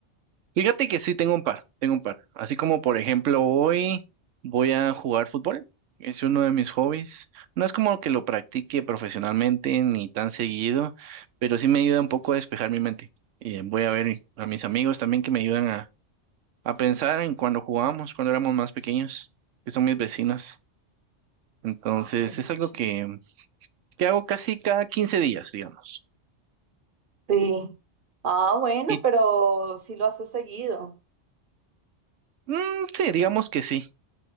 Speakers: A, on the right; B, on the right.
A: Fíjate que sí tengo un par, tengo un par. Así como por ejemplo hoy voy a jugar fútbol. Es uno de mis hobbies. No es como que lo practique profesionalmente ni tan seguido, pero sí me ayuda un poco a despejar mi mente. Y voy a ver a mis amigos también que me ayudan a, a pensar en cuando jugábamos, cuando éramos más pequeños, que son mis vecinos. Entonces
B: Ay,
A: es
B: qué
A: algo
B: ch-
A: que, que hago casi cada 15 días, digamos.
B: Sí. Ah, bueno,
A: Y
B: pero sí lo haces seguido.
A: mm, sí, digamos que sí.